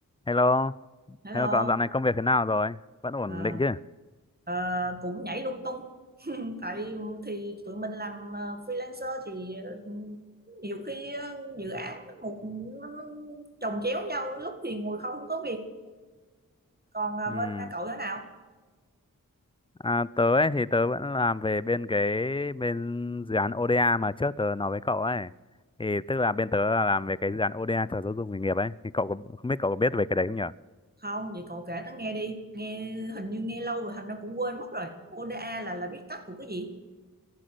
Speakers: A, on the left; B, on the right.
A: Hello,
B: Hello,
A: hello cậu dạo này công việc thế nào rồi? Vẫn ổn
B: ờ,
A: định chứ?
B: ờ, cũng nhảy lung tung. Tại thì tụi mình làm ờ, freelancer thì ờ, nhiều khi ờ, dự án nó một nó nó chồng chéo nhau, lúc thì ngồi không có việc. Còn ờ,
A: Ừm,
B: bên ờ, cậu thế nào?
A: À, tớ ấy thì tớ vẫn làm về bên cái bên dự án ODA mà trước tớ nói với cậu ấy. Thì tức là bên tớ là làm về cái dự án ODA cho giáo dục nghề nghiệp ấy. Thì cậu có, không biết cậu có biết về cái đấy không nhở?
B: Không, vậy cậu kể tớ nghe đi. Nghe hình như nghe lâu rồi, thành ra cũng quên mất rồi. ODA là là viết tắt của cái gì?